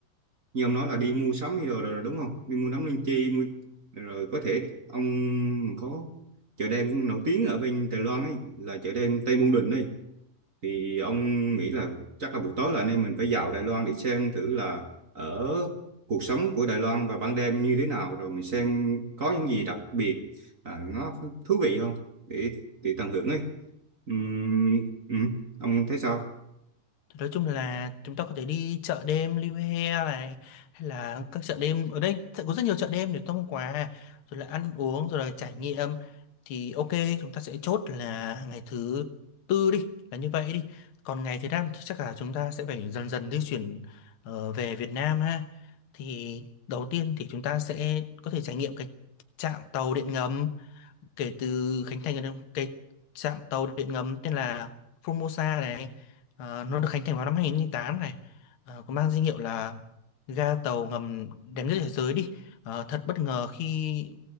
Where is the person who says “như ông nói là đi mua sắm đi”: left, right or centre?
Right